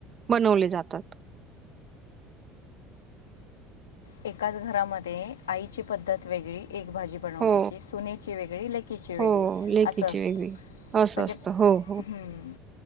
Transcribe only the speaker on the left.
एकाच घरामध्ये आईची पद्धत वेगळी एक भाजी बनवण्याची
सुनेची वेगळी लेकीची वेगळी
असं असतं.
म्हणजे
हम्म,